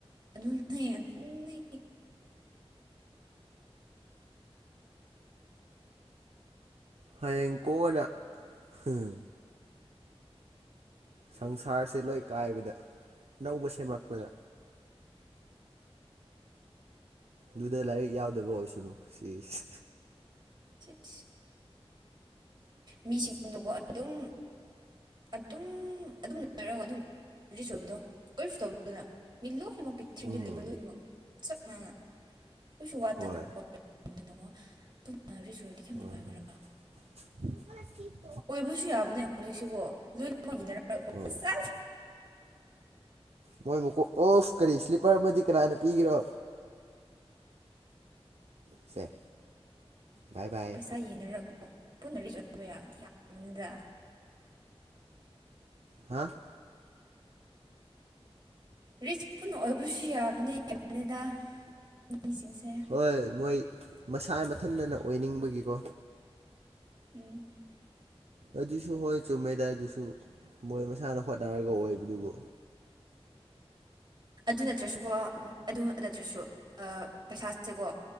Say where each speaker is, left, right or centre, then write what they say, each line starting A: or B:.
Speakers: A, on the right (about 45°); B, on the right (about 75°).
A: ꯑꯗꯨ ꯅꯦ ꯑꯗꯨꯝ ꯅꯦ
B: ꯍꯌꯦꯡ ꯀꯣꯟꯅ ꯍꯨꯝ ꯁꯪꯁꯥꯔꯁꯦ ꯂꯣꯏ ꯀꯥꯏꯕꯗ ꯑꯅꯧꯕ ꯁꯦꯝꯔꯛꯄꯗ ꯑꯗꯨꯗ ꯂꯥꯏꯔꯤꯛ ꯌꯥꯎꯗꯕ ꯑꯣꯏꯁꯅꯨ ꯁꯤꯁ
A: ꯁꯤ ꯃꯤꯁꯤꯡꯗꯨꯀꯣ ꯑꯗꯨꯝ ꯑꯗꯨꯝ ꯑꯗꯨꯝ ꯂꯩꯔꯒ ꯑꯗꯨꯝ ꯔꯤꯆ ꯑꯣꯏꯕꯗꯣ ꯀꯔꯤꯁꯨ ꯇꯧꯗꯅ ꯃꯤ ꯂꯣꯏ ꯂꯣꯏꯅꯃꯛ ꯄꯤꯔꯤꯊ꯭ꯤꯕꯤ
B: ꯎꯝ
A: ꯂꯩꯕ ꯂꯣꯏꯅꯃꯛ ꯆꯞ ꯃꯥꯟꯅꯅ ꯀꯩꯁꯨ ꯋꯥꯠꯇꯅꯀꯣ
B: ꯍꯣꯏ
A: ꯑꯗꯨꯅꯀꯣ ꯄꯨꯟꯅꯔꯤꯁ ꯑꯣꯏꯔꯗꯤ ꯀꯌꯥꯝ
B: ꯍꯣꯏ
A: ꯅꯨꯡꯉꯥꯏꯒꯦꯔꯥ꯫
B: <unintelligible>
A: ꯑꯣꯏꯕꯁꯨ ꯌꯥꯕꯅꯦ ꯍꯧꯖꯤꯛꯁꯤꯀꯣ ꯂꯣꯏꯅꯃꯛ ꯏꯅꯔꯒꯀꯣ
B: ꯍꯣꯏ
A: ꯁꯦꯁ
B: ꯃꯣꯏ ꯃꯀꯣꯛ ꯑꯣꯐ ꯀꯔꯤ ꯁ꯭ꯂꯤꯞꯄꯔ ꯑꯃꯗꯤ ꯀꯅꯥꯅ ꯄꯤꯒꯦꯔꯣ ꯁꯦ ꯕꯥꯏ ꯕꯥꯏ
A: ꯄꯩꯁꯥ ꯌꯦꯟꯅꯔꯀꯣ ꯄꯨꯟꯅ ꯔꯤꯖ ꯑꯣꯏꯕ ꯌꯥ <unintelligible> ꯌꯥꯝꯕꯅꯤꯗ
B: ꯍꯥ
A: ꯔꯤꯆ ꯄꯨꯟꯅ ꯑꯣꯏꯕꯨꯁ ꯌꯥꯕꯅꯤ ꯍꯥꯏꯕꯅꯤꯗ꯫ ꯃꯤꯁꯤꯡꯁꯦ
B: ꯍꯣꯏ ꯃꯣꯏ ꯃꯁꯥ ꯃꯊꯟꯇꯅ ꯑꯣꯏꯅꯤꯡꯕꯒꯤꯀꯣ꯫
A: ꯎꯝ
B: ꯑꯗꯨꯁꯨ ꯍꯣꯏ ꯆꯨꯝꯃꯦꯗ ꯑꯗꯨꯁꯨ ꯃꯣꯏ ꯃꯁꯥꯅ ꯍꯣꯠꯅꯔꯒ ꯑꯣꯏꯕꯗꯨꯕꯨ
A: ꯑꯗꯨ ꯅꯠꯇ꯭ꯔꯥꯁꯨꯀꯣ ꯑꯝ ꯑꯗꯨ ꯅꯠꯇ꯭ꯔꯥꯁꯨ ꯑ ꯄꯩꯁꯥ ꯁꯦꯀꯣ